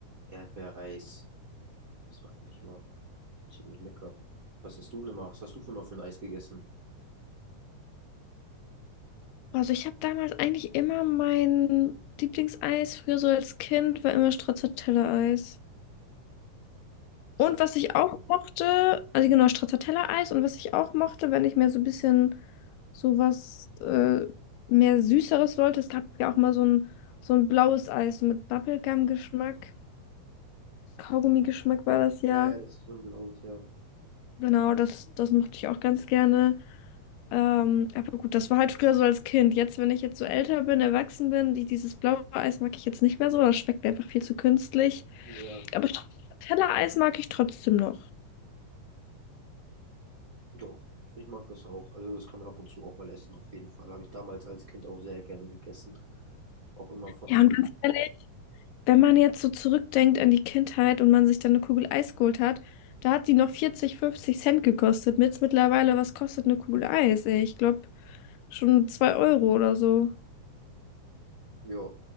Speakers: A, on the right; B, on the left.
A: Erdbeereis. Das war eigentlich immer ziemlich lecker. Was isst du denn immer? Was hast du für mal für ein Eis gegessen?
B: Also ich habe damals eigentlich immer mein Lieblingseis, früher so als Kind, war immer Stracciatella-Eis.
A: Statt,
B: Und was ich auch mochte, also genau, Stracciatella-Eis und was ich auch mochte, wenn ich mir so ein bisschen sowas äh, mehr Süßeres wollte, es gab ja auch mal so ein, so ein blaues Eis, so mit Bubblegum-Geschmack, Kaugummi-Geschmack war das ja.
A: ja, ja, das ist so ein blaues, ja.
B: Genau, das, das mochte ich auch ganz gerne. Ähm, aber gut, das war halt früher so als Kind. Jetzt, wenn ich jetzt so älter bin, erwachsen bin, die, dieses blaue Eis mag ich jetzt nicht mehr so. Das schmeckt mir einfach viel zu künstlich.
A: Ja,
B: Aber Tellereis mag ich trotzdem noch.
A: doch. Ich mag das auch. Also das kann man ab und zu auch mal essen, auf jeden Fall. Habe ich damals als Kind auch sehr gerne gegessen. Auch immer von
B: Ja,
A: Eis.
B: und ganz ehrlich, wenn man jetzt so zurückdenkt an die Kindheit und man sich dann eine Kugel Eis geholt hat, da hat die noch 40 50 Cent gekostet. Mit mittlerweile, was kostet eine Kugel Eis? Ey, ich glaube schon 2 Euro oder so.
A: Ja,